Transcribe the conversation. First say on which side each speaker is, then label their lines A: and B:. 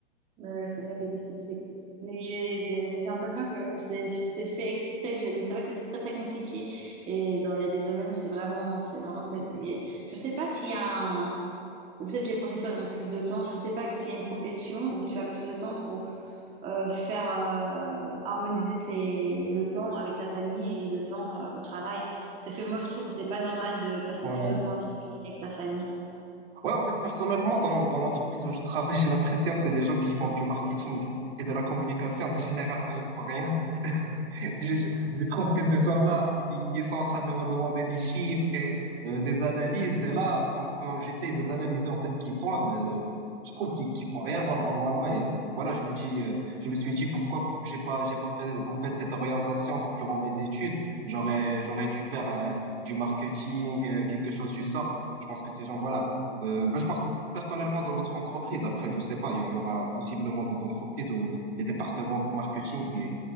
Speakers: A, on the right; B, on the right.
A: Euh, c'est ça qui est difficile. Mais j'ai j'ai- j'ai l'impression que c'est c'est fait exprès. Je- Mais c'est vrai que c'est très très compliqué. Et dans, il y a des domaines où c'est vraiment, c'est vraiment très. il y a- Je sais pas s'il y a un. Ou peut-être les professeurs ont plus de temps. Je ne sais pas s'il y a une profession où tu as plus de temps pour euh, faire euh, harmoniser tes, le temps avec ta famille et le temps euh, au travail. Parce que moi, je trouve que c'est pas normal de passer
B: Ouais.
A: plus de temps au travail qu'avec sa famille.
B: Ouais, en fait, personnellement, dans, dans l'entreprise où je travaille, <laughs> j'ai l'impression que les gens qui font du marketing et de la communication, ben, généralement, ils ne font rien. <laughs> Je, je- je trouve que ces gens-là, ils sont en train de me demander des chiffres et euh, des analyses. Et là, quand, quand j'essaie de d'analyser en fait ce qu'ils font, eh ben, je trouve qu'ils qu'ils font rien nor- normalement. Et voilà, je me dis, euh, je me suis dit pourquoi j'ai pas, j'ai pas fait en fait cette orientation durant mes études. J'aurais, j'aurais dû faire euh, du marketing, euh, quelque chose du sort. Je pense que ces gens, voilà. Euh, ben, je pense personnellement dans notre entreprise. Après, je sais pas, il y aura possiblement des entreprises où les départements marketing,